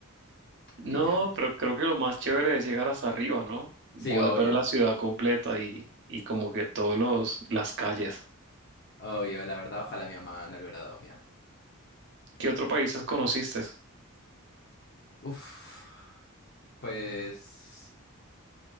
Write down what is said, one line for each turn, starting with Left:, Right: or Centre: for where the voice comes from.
Right: No,
Left: y ya.
Right: pero creo que lo más chévere es llegar hasta arriba, ¿no?
Left: Sí,
Right: Poder
Left: obvio.
Right: ver la ciudad completa y, y como que todos los, las calles.
Left: Oh, yo la verdad, ojalá mi mamá no le hubiera dado miedo.
Right: ¿Qué otro países conociste?
Left: Uf, pues...